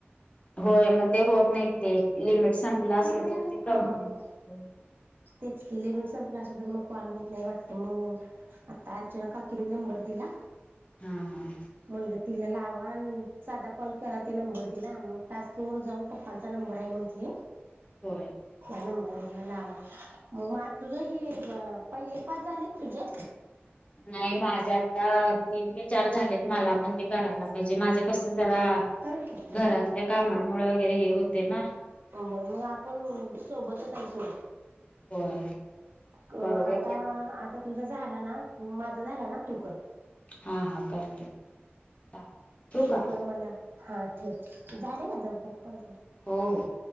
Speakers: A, on the left (about 30°); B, on the right (about 55°).
A: होय मग ते होत नाही ते लिमिट संपलं असल. कंप्लीट
B: हा
A: होत.
B: तेच कि लिमिट संपलं असं तर मग कॉल होत नाही वाटत मग. आता अर्चना काकीने नंबर दिला
A: हा हा
B: मंड तिला लाव. धा कॉल केला ते नंबर दिला मग टास्क वर जाऊन पप्पांचा नंबर आहे म्हटले.
A: होय.
B: त्या नंबरवररला लावा. मग म तुझ हे पहिले पाच झालेत तुझे.
A: नाही माझ मंजे आता तीन ते चार झालेत मला पण ते करायलाच पाहिजे माझं कस जरा
B: कर की
A: घरातल्या कामांमुळ वगैरे हे होते ना
B: बरं मग आपण सोबतच आहे सोड
A: होय.
B: क
A: करूया
B: आता,
A: की आपण.
B: आता तुझा झाला ना, माझा झाला ना तूकर
A: हा हा करते चा ठू
B: तू
A: का.
B: कर मला हा ठेव झालेय का आता बघ प
A: हो हो.